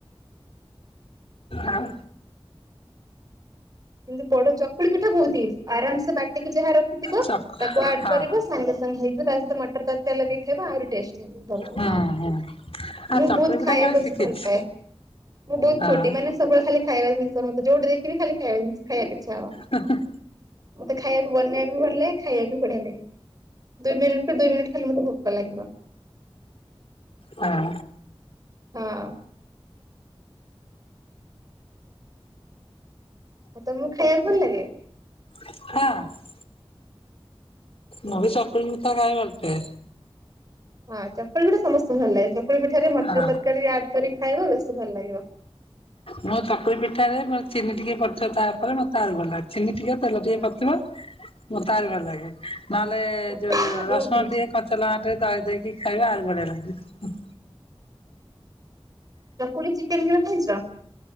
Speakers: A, on the left; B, on the right.
A: ଆଉ
B: କିନ୍ତୁ ବଡ଼ ଚକୁଳି ପିଠା ବୋହୁତ ଇଜି ଆରାମସେ ବାଟିକି ଯାହା ରଖିଥିବ
A: ଚକ
B: ତାକୁ ଆଡ
A: ହଁ
B: କରିବ ସାଙ୍ଗେ ସାଙ୍ଗ ହେଇଥିବ ତା ସହିତ ମଟର ତରକାରୀ ଲଗେଇକି ଖାଇବ ଆହୁରି ଟେଷ୍ଟ। <unintelligible> ଭଲ
A: ହୁଁ
B: ନୁଅଁ
A: ହୁଁ ଆଉ
B: ମୁଁ
A: ଚକୁଳି
B: ବୋହୁତ
A: ପିଠା
B: ଖାଇବାକୁ
A: କରି ଶିଖିଛି
B: ବେଶି ଭଲ ପାଏ। ମୁଁ ବୋହୁତ
A: ହଁ
B: ଫୁଡି ମାନେ ସବୁବେଳେ ଖାଲି ଖାଇବା ଜିନିଷ ମତେ ଯୋଉଠି ଦେଖିବି ଖାଲି ଖାଇବି ଖାଇବାକୁ ଇଛା ହେବ।
A: ହଃ ହଃ।
B: ମତେ ଖାଇବାକୁ ବନେଇବାକୁ ଭଲ ଲାଗେ ଖାଇବାକୁ ବି ବଢ଼ିଆ ଲାଗେ। ଦୁଇ ମିନିଟ ରୁ ଦୁ ମିନିଟ୍ ଖାଲି ମତେ ଭୋକ ଲାଗିବ।
A: ହାଁ।
B: ହଁ। ଆଉ ତମକୁ ଖାଇବାକୁ ଭଲ ଲାଗେ?
A: ହଁ। ମୁଁ ବି ଚକୁଳି ପିଠା ଖାଏ ଭଲ ପାଏ।
B: ହଁ ଚକୁଳି ପିଠା ସମସ୍ତଙ୍କୁ ଭଲ ଲାଗେ ଚକୁଳି ପିଠାରେ ମଟର
A: ହଁ
B: ତରକାରୀ ଆଡ କରି ଖାଇବ ବେଶୀ ଭଲ ଲାଗିବ।
A: ମୋ ଚକୁଳି ପିଠାରେ ମୋର ଚିନି ଟିକେ ପଡ଼ିଥିବ ତା ଉପରେ ମତେ ଆହୁରି ଭଲ ଲାଗେ ଚିନି ଟିକେ ତେଲ ଟିକେ
B: ହଁ
A: ପଡ଼ିଥିବ ମତେ ଆଉରି
B: ହଁ
A: ଭଲ ଲାଗେ ନହେଲେ
B: ଚକୁଳି
A: ଯୋଉ
B: ପିଠା ବହୁତ
A: ରସୁଣ
B: ଇଜି।
A: ଟିକେ କଞ୍ଚା ଚା ଲଙ୍କା ଟିକେ ଦଳିଦେଇକି ଖାଇବ ଆହୁରି ବଢ଼ିଆ ଲାଗିବ।
B: ଚକୁଲି ଚିକେନ କେବେ ଖାଇଛ?